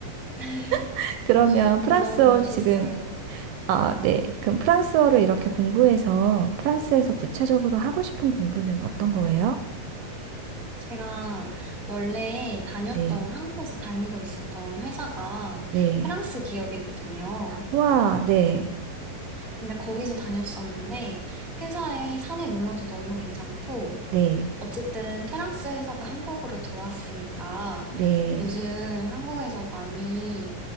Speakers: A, in the centre; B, on the right.
A: <laughs>
B: <laughs> 그러면 프랑스어
A: 근데 너무 멋있어요.
B: 지금, 아, 네. 그럼 프랑스어를 이렇게 공부해서 프랑스에서 구체적으로 하고 싶은 공부는 어떤 거예요?
A: 제가 원래 다녔던,
B: 네,
A: 한국에서 다니고 있었던 회사가
B: 네.
A: 프랑스 기업이거든요.
B: 와, 네,
A: 근데 거기서 다녔었는데, 회사의 사내 문화도 너무 괜찮고,
B: 네,
A: 어쨌든 프랑스 회사가 한국으로 들어왔으니까
B: 네,
A: 요즘 한국에서 많이